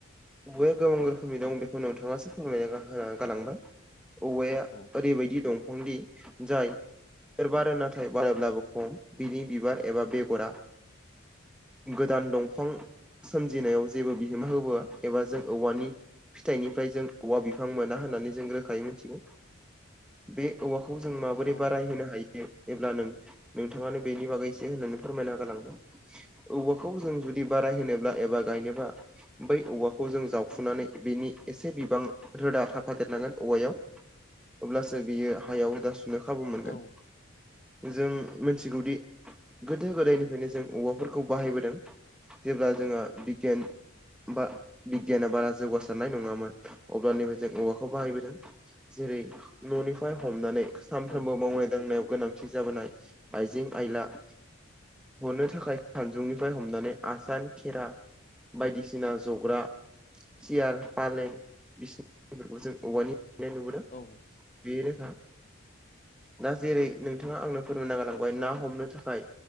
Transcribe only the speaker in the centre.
औवाया गोबां रोखोमनि दं बेखौ नोंथाङासो फोरमायना गाहोआ गालांबाय औवाया
ओरैबायदि दंफांदि जाय बिबार बारो नाथाय बारोब्लाबो खम बिनि बिबार एबा बेगरा गोदान दंफां सोमजिनायाव जेबो बिहोमा होबोआ एबा जों औवानि फिथाइनिफाय जों औवा बिफां मोना होन नानै जों रोखायै मिथिगौ बे औवाखौ जों माबोरै
बाराय होनोनो हायो एब्ला नों नोंथाङानो बेनि बागै एसे होननानै फोरमायना गालांबाय औबवाखौ जों जुदि बाराय होनोब्ला एबा गायनोबा बै औवाखौ जों जावफुनानै बिनि एसे बिबां रोदा था फादेरनांगोन औवायाव अब्लासो बियो हायाव रोदा सुनो खाबु मोनगोन
जों मोनथिगौदि गोदो गोदायनिफ्रायनो जों औवाफोरखौ बाहायबोदों जेब्ला जोंहा बिगियान बा बिगियाना बारा जौगासारनाय नङामोन अब्लानिफाय जों औवाख खौ बाहायबोदों जेरै न'निफाय हमनानै सानफ्रामबो
मावनाय दांनायाव गोनांथि जाबोनाय आइजें आयला हनो थाखाय खानजुंनिफ्राय हमनानै आसान खेरा बायदिसिना जग्रा सियार पालें बिसिनिफोरखौ जों औवानि हेबनाय नुबोदों
बे रोखा दा जेरै नोंथाङा आंनो फोरमायना गारलांबाय ना हमनो थाखाय